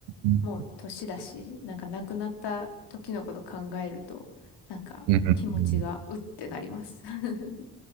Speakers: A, on the right; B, on the left.
A: ん
B: もう年だし、なんか亡くなった時のこと考えると、なんか気持ちがうってなります。
A: うん
B: <laughs>